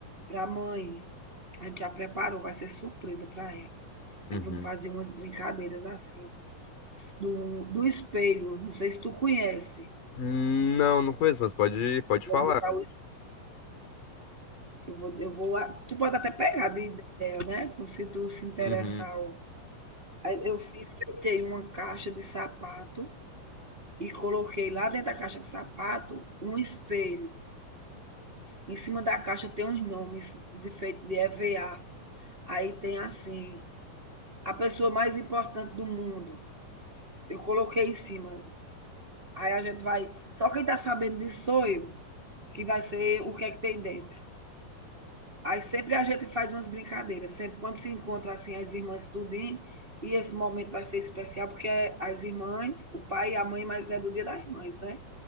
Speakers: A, on the right (about 80°); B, on the left (about 70°).
A: para a mãe, a gente já preparou, vai ser surpresa para ela.
B: uhum.
A: Aí vamos fazer umas brincadeiras assim, do, do espelho, não sei se tu conhece.
B: Hum, Não, não conheço, mas pode, pode falar.
A: Vamos botar o Eu vou, eu vou. Tu pode até pegar de ideia, né? Se tu se interessar.
B: Uhum,
A: ó. Aí Eu fi- uma caixa de sapato e coloquei lá dentro da caixa de sapato um espelho. Em cima da caixa tem uns nomes de feito de EVA. Aí tem assim, a pessoa mais importante do mundo. Eu coloquei em cima. Aí a gente vai. Só quem tá sabendo disso sou eu, que vai ser o que é que tem dentro. Aí sempre a gente faz umas brincadeiras, sempre quando se encontra assim as irmãs tudinho, e esse momento vai ser especial porque é as irmãs, o pai e a mãe, mas é do dia das mães, né?